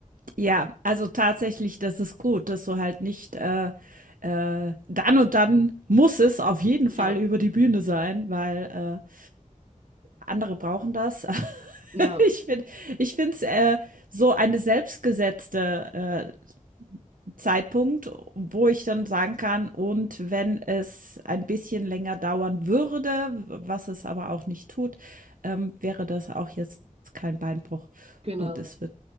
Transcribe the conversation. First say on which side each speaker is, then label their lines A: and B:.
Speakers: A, on the right; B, on the right.
A: ja, also tatsächlich, das ist gut, dass du halt nicht, äh, äh, dann und dann muss es auf jeden Fall
B: Ja,
A: über die Bühne sein, weil, äh, andere brauchen das. <laughs>
B: ja,
A: Ich finde ich finde es, äh, so eine selbstgesetzte, äh, Zeitpunkt, wo ich dann sagen kann, und wenn es ein bisschen länger dauern würde, was es aber auch nicht tut, ähm, wäre das auch jetzt kein Beinbruch
B: genau.
A: und es wird